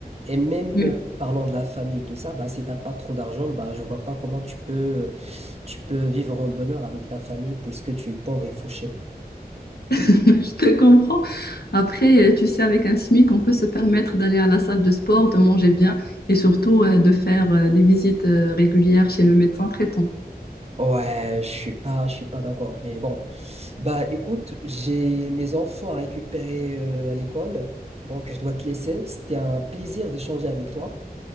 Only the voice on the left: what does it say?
je
<laughs>
je te comprends. Après, euh, tu sais, avec un SMIC, on peut se permettre d'aller à la salle de sport, de manger bien et surtout euh, de faire euh, des visites euh, régulières chez le médecin traitant.